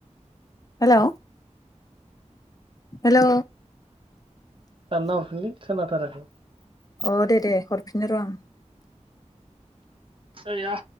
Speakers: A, on the left (about 30°); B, on the right (about 45°).
A: हेलौ हेलौ
B: दानना हरफिनलै सोनाथाराखै
A: अ दे दे हरफिननो र' आं
B: ओया